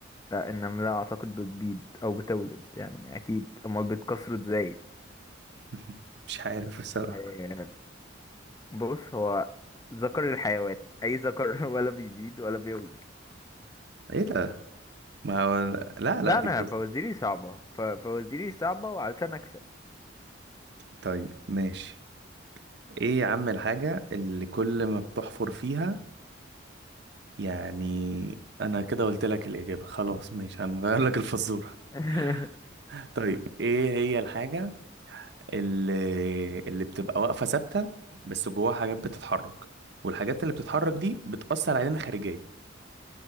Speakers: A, on the left; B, on the right.
A: لا النملة اعتقد بتبيض او بتولد يعني اكيد امال بتكسره ازاي
B: <laughs> مش عارف بصراحة
A: أه بص هو ذكر الحيوان اي ذكر <laughs> ولا بيبيض ولا بيولد
B: ايه ده ما هو لا
A: لا
B: لا دي
A: انا
B: فزة
A: فوازيري صعبة ف... فوازيري صعبة وعلشان اكسب
B: طيب ماشي ايه يا عم الحاجة اللي كل ما بتحفر فيها يعني انا كده قلت لك الإجابة خلاص ماشي هنغير لك الفزورة
A: <laughs>
B: <laughs> طيب ايه هي الحاجة اللي اللي بتبقى واقفة ثابتة بس جواها حاجات بتتحرك والحاجات اللي بتتحرك دي بتأثر علينا خارجيا